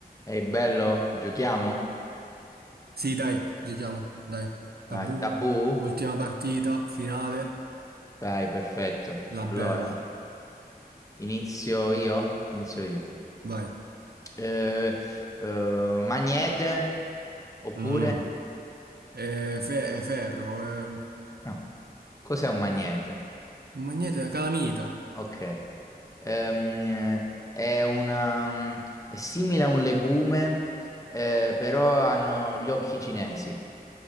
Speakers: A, on the left; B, on the right.
A: Ehi, bello, giochiamo?
B: Sì, dai, giochiamo, dai. Tabù,
A: Vai, tabù?
B: ultima partita, finale,
A: Vai, perfetto.
B: la
A: Allora,
B: bella.
A: inizio io? Inizio io.
B: Vai.
A: Eh, eh, magnete? Oppure?
B: Mm. Eh, fe- eh, ferro, eh,
A: No, cos'è un magnete?
B: ma- magnete, calamita,
A: Ok. Ehm, eh, è una... mm, è simile a un legume, eh, però hanno gli occhi cinesi,